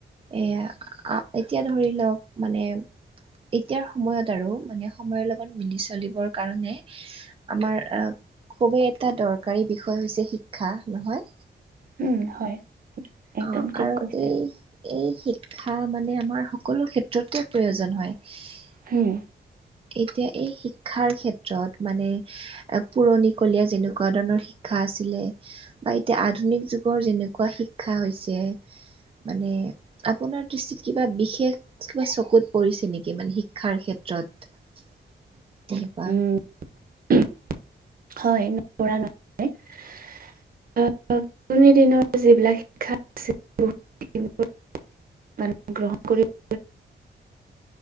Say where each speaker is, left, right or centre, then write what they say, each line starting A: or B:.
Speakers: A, on the right; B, on the right.
A: এয়া এতিয়া ধৰি লওক মানে এতিয়াৰ সময়ত আৰু মানে সময়ৰ লগত মিলি চলিবৰ কাৰণে আমাৰ আহ খুবেই এটা দৰকাৰী বিষয় হৈছে শিক্ষা নহয়
B: উম হয়। একদম
A: অঁ',
B: ঠিক
A: আৰু
B: কৈছে
A: এই এই শিক্ষা মানে আমাৰ সকলো ক্ষেত্ৰতে প্ৰয়োজন হয়
B: উম'।
A: এতিয়া এই শিক্ষাৰ ক্ষেত্ৰত মানে পুৰণিকলীয়া যেনেকুৱা ধৰণৰ শিক্ষা আছিলে বা এতিয়া আধুনিক যুগৰ যেনেকুৱা শিক্ষা হৈছে। মানে আপোনাৰ দৃষ্টিত কিবা বিশেষ কিবা চকুত পৰিছে নেকি মানে শিক্ষাৰ ক্ষেত্ৰত <inaudible> তেনেকুৱা
B: <unintelligible> আজি দিনৰ যিবিলাক শিক্ষা আছিল বহুত মানে গ্ৰহণ কৰিব